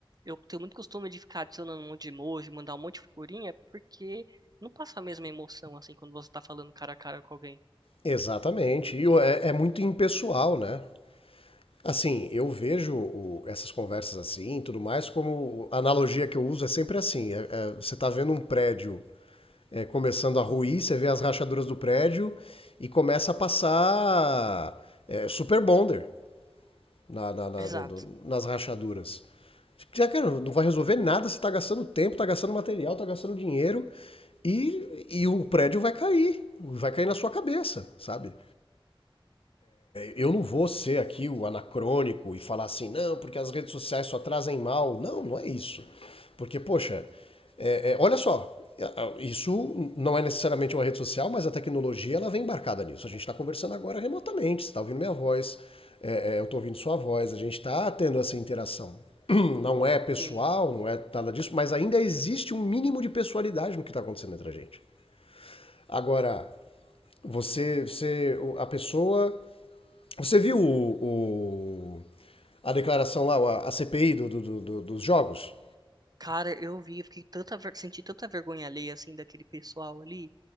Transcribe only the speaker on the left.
Exatamente. E o- é, é muito impessoal, né? Assim, eu vejo o- essas conversas assim e tudo mais, como a analogia que eu uso é sempre assim: é- é, você está vendo um prédio é, começando a ruir, você vê as rachaduras do prédio e começa a passar é, super bonder na- na- na-
na- no- nas rachaduras. Já, cara, não vai resolver nada, você está gastando tempo, está gastando material, está gastando dinheiro e, e o prédio vai cair, vai cair na sua cabeça, sabe? Eu não vou ser aqui o anacrônico e falar assim, não, porque as redes sociais só trazem mal. Não, não é isso. Porque, poxa, é, é, olha só, isso não é necessariamente uma rede social, mas a tecnologia ela vem embarcada nisso. A gente está conversando agora remotamente, você está ouvindo minha voz, é, é, eu estou ouvindo sua voz, a gente está tendo essa interação. <clears throat> Não é pessoal,
não é nada disso, mas ainda existe um mínimo de pessoalidade no que está acontecendo entre a gente. Agora, você, você a pessoa você viu o, o- a declaração lá, a- a CPI do- do- do- dos jogos?